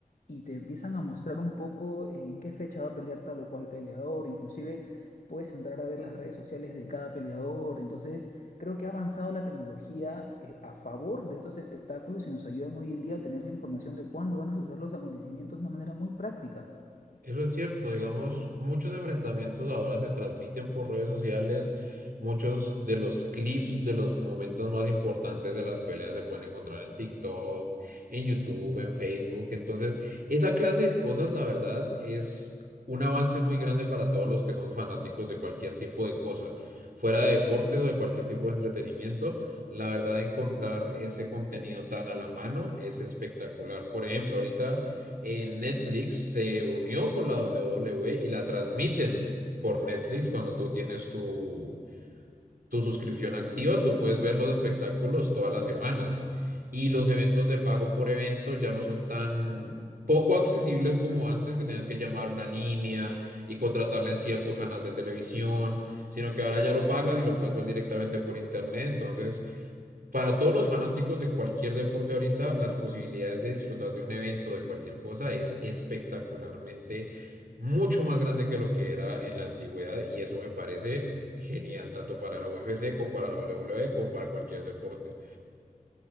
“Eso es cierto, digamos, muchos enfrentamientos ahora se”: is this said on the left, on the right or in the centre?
Right